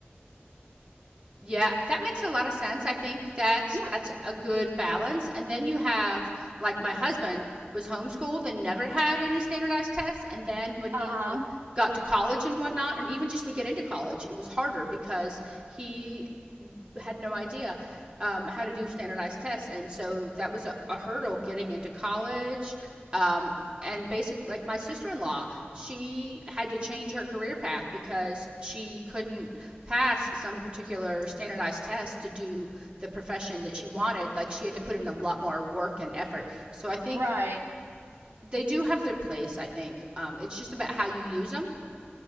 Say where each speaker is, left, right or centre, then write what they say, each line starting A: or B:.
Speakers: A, on the right; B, on the right.
A: Yeah, that makes a lot of sense. I think that's
B: Yeah.
A: that's a good balance. And then you have like my husband was homeschooled and never had any standardized tests. And then when he
B: Uh-huh.
A: like got to college and whatnot, and even just to get into college, it was harder because he had no idea um, how to do standardized tests, and so that was a, a hurdle getting into college. Um, and basically, like my sister-in-law, she had to change her career path because she couldn't pass some particular standardized test to do the profession that she wanted. Like she had to put in a lot more work and effort. So I think
B: Right.
A: they do have their place. I think um, it's just about how
B: Yeah.
A: you use them.